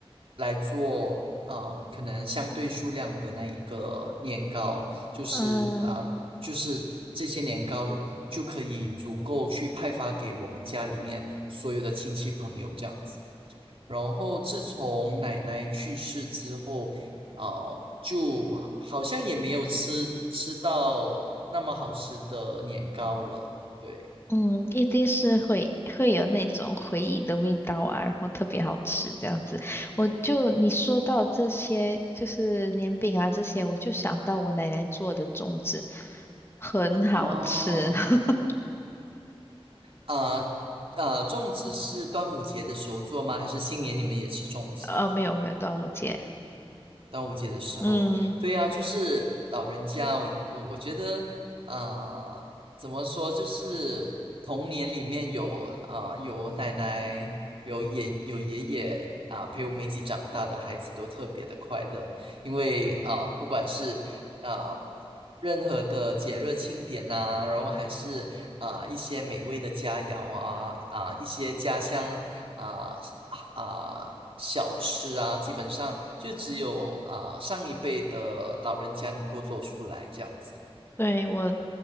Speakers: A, on the right (about 65°); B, on the left (about 25°).
A: 来做呃可能相对数量的那一个年糕，就是啊、
B: 嗯，
A: 呃就是这些年糕就可以足够去派发给我们家里面所有的亲戚朋友这样子。然后自从奶奶去世之后，呃，就好像也没有吃吃到那么好吃的年糕了。对，
B: 嗯，一定是会会有那种回忆的味道啊，然后特别好吃这样子。我就你说到这些，就是年饼啊这些，我就想到我奶奶做的粽子，很好吃。
A: 哦，
B: <laughs>
A: 啊、呃啊、粽子是端午节的时候做吗？还是新年你们也吃粽子？
B: 呃，没有没有，端午节。
A: 端午节的时候，
B: 嗯，
A: 对呀、就是老人家，我我我觉得，啊，怎么说，就是童年里面有啊、呃有奶奶，有爷有爷爷啊、陪我们一起长大的孩子都特别的快乐，因为啊、呃不管是啊、呃任何的节日庆典呐、然后还是啊、一些美味的佳肴啊啊、一些家乡啊啊、小吃啊，基本上就只有啊、上一辈的老人家能够做出来这样子，
B: 对，我